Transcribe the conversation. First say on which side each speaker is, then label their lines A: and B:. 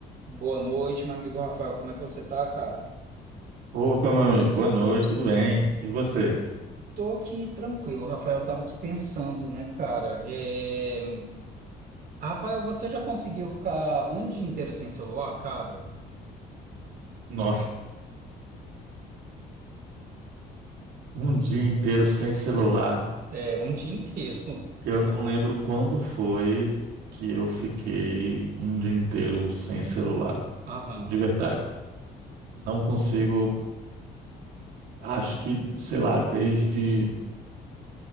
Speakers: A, on the right; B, on the right.
A: Boa noite, meu amigo Rafael. Como é que você tá, cara?
B: Opa, meu amigo, boa noite, tudo bem? E você?
A: Tô aqui tranquilo, Rafael. Eu tava aqui pensando, né, cara? É, Rafael, você já conseguiu ficar um dia inteiro sem celular, cara?
B: Nossa, um dia inteiro sem celular.
A: É, um dia inteiro.
B: Eu não lembro quando foi que eu fiquei um dia inteiro sem celular,
A: <laughs> Aham.
B: de verdade. Não consigo, acho que, sei lá, desde